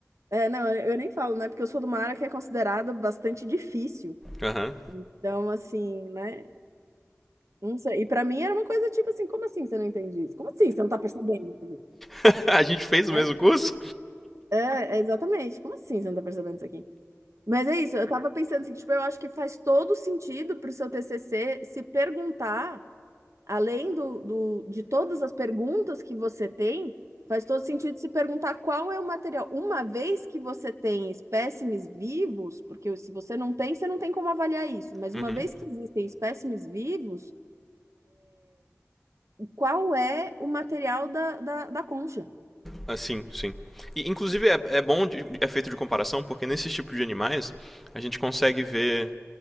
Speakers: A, on the right; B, in the centre.
A: é, não, eu nem falo, né? Porque eu sou de uma área que é considerada bastante difícil.
B: Aham. Uhum.
A: Então, assim, né? Não sei. E pra mim era uma coisa tipo assim, como assim você não entende isso? Como assim você não tá percebendo isso aqui?
B: <laughs> a gente fez o
A: né?
B: mesmo curso?
A: É, é, exatamente. Como assim você não tá percebendo isso aqui? Mas é isso, eu tava pensando assim, que, tipo, eu acho que faz todo sentido pro seu TCC se perguntar, além do, do, de todas as perguntas que você tem, faz todo sentido se perguntar qual é o material. Uma vez que você tem espécimes vivos, porque se você não tem, você não tem como avaliar isso, mas
B: Uhum.
A: uma vez que existem espécimes vivos, qual é o material da, da, da concha.
B: Assim, sim. E, inclusive, é, é bom de, é feito de comparação, porque nesse tipo de animais, a gente consegue ver